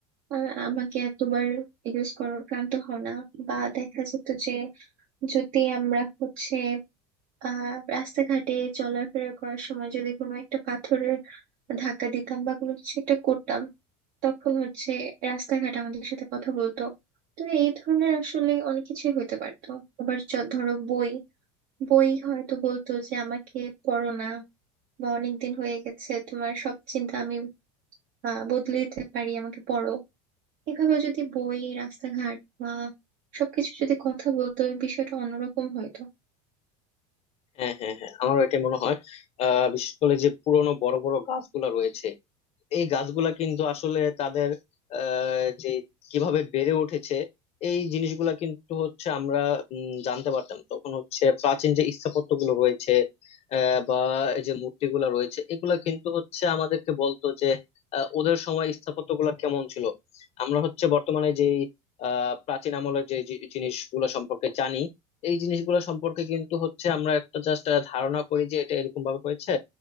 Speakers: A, on the right; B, on the left.
A: আহ, আমাকে এতবার ইউজ করো ক্লান্ত হও না বা দেখা যেত যে যদি আমরা হচ্ছে আহ রাস্তাঘাটে চলাফেরা করার সময় যদি কোনো একটা পাথরের ধাক্কা দিতাম বা কোনো কিছু একটা করতাম তখন হচ্ছে রাস্তাঘাট আমাদের সাথে কথা বলতো তো এই ধরনের আসলে অনেক কিছুই হতে পারতো আবার চ- ধরো বই বই হয়তো বলতো যে আমাকে পড়ো না বা অনেক দিন হয়ে গেছে তোমার সব চিন্তা আমি আহ, বদলে দিতে পারি আমাকে পড়ো এভাবে যদি বই রাস্তাঘাট বা সবকিছু যদি কথা বলতো বিষয়টা অন্যরকম হয়তো
B: হ্যাঁ হ্যাঁ হ্যাঁ আমারও এটা মনে হয় আহ বিশেষ করে যে পুরোনো বড় বড় গাছগুলা রয়েছে এই গাছগুলা কিন্তু আসলে তাদের আহ যে কিভাবে বেড়ে উঠেছে এই জিনিসগুলা কিন্তু হচ্ছে আমরা উম, জানতে পারতাম তখন হচ্ছে প্রাচীন যে স্থাপত্য গুলো রয়েছে আহ, বা এই যে মূর্তিগুলা রয়েছে এগুলা কিন্তু হচ্ছে আমাদেরকে বলতো যে আহ, ওদের সময় স্থাপত্য গুলা কেমন ছিল আমরা হচ্ছে বর্তমানে যে আহ প্রাচীন আমলের যে জি- জিনিসগুলো সম্পর্কে জানি এই জিনিসগুলো সম্পর্কে কিন্তু হচ্ছে আমরা একটা জাস্ট ধারণা করি যে এটা এরকম ভাবে হয়েছে